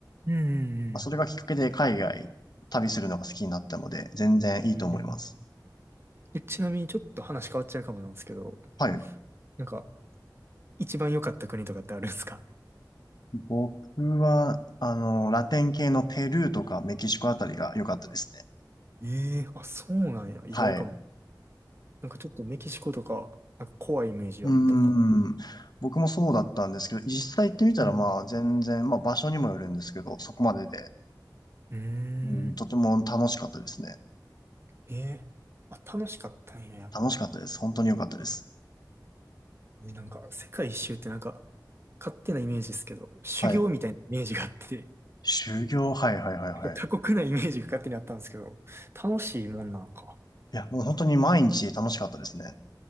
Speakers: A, on the right; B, on the left.
A: うんうん。
B: まあそれがきっかけで海外旅するのが好きになったので、
A: うん
B: 全然いいと思います。
A: うんうん。え、ちなみにちょっと話変わっちゃうかもなんですけど、
B: はい。
A: なんか、一番良かった国とかってあるんですか
B: 僕は、あの、ラテン系のペルーとかメキシコあたりが良かったですね。
A: ええーあ、そうなんや。意外かも。
B: はい。う
A: なんかちょっとメキシコとか、なんか怖いイメージあったから。
B: ーん。僕もそうだったんですけど、実際行ってみたらまあ全然、
A: うん。
B: まあ場所にもよるんですけど、そこまでで、
A: うー
B: うん、
A: ん。
B: とても楽しかったですね。
A: ええあ、楽しかったんや、やっぱ。
B: 楽しかったです。本当に良かったです。
A: ね、なんか、世界一周ってなんか、勝手なイメージですけど、修行みたいなイメージがあって、
B: はい。
A: <laughs>
B: 修行、はいはいはいはい。
A: なんか過酷なイメージが勝手にあったんですけど、楽しいもんなんか。
B: いや、もう本当に毎日楽しかったですね。